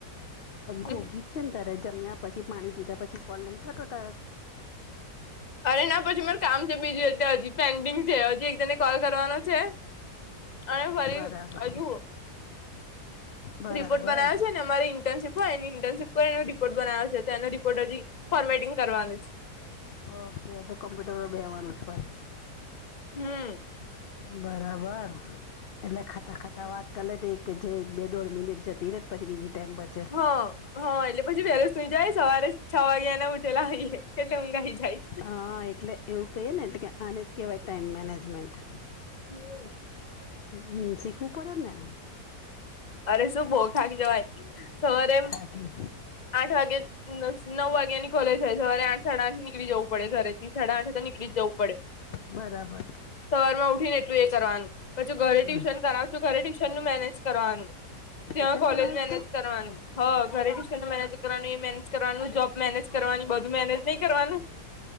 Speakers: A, on the left; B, on the left.
A: છું
B: ઘોઘી જ છે ને તારે જમ્યા પછી પાણી પીધા પછી કોલ નહી થતો તારે.?
A: અરે ના પછી માર કામ છે બીજું એટલે હજી પેન્ડિંગ છે. હજી એક જને કોલ કરવાનો છે. અને ફરી
B: બરાબર
A: હજુ
B: બરાબર
A: રિપોર્ટ બનાવ્યો છે ને, અમારી ઇન્ટર્નશીપ એની ઇન્ટર્નશિપ પર એનો રિપોર્ટ બનાવે છે તો એનો રિપોર્ટ હજી ફોર્મેટિંગ કરવાની છે.
B: ઓકે તો કમ્પ્યુટરમાં બેવાનું છે પાછું.
A: હમ.
B: બરાબર એટલે ખાતા ખાતા વાત કલેથી એક કે જે એક બે દોઢ મિનિટ જતી ર જ પછી બીજી ટાઈમ બર
A: હા. હા એટલે પછી વહેલો સુઈ જાય સવારે છ વાગ્યા એને ઉઠેલા આવીએ એટલે ઉંઘાઈ જાય.
B: હા એટલે એવું કહીએ ને એટલે કે આને જ કહેવાય ટાઇમ મેનેજમેન્ટ.
A: હમ.
B: હ શીખવું પડે ને.
A: અરે શું બહોવ થાક જવાય સવારે એમ.
B: થાકી
A: આઠ વાગ્યા નવ વાગ્યાની કોલેજ હોય સવારે આઠ. સડાથી નીકળ જવું પડે ઘરેથી સડા છે તો કળ જવું પડે.
B: બરાબર.
A: સવાર માં ઉઠી ને એટલું એ કરવાનું. પછી ઘરે
B: હમ
A: ટ્યુશન કરાવ છું ઘરે ટ્યુશન નું મેનેજ કરવાનું.
B: ટ્યુશન
A: ત્યાં કોલેજ
B: કરાવે
A: મેનેજ
B: તું
A: કરવાનું. હ ઘરે ટ્યુશનને મેનેજ કરવાનું એ મેનેજ કરવાનું જોબ મેનેજ કરવાની બધું મેનેજ નહી કરવાનું.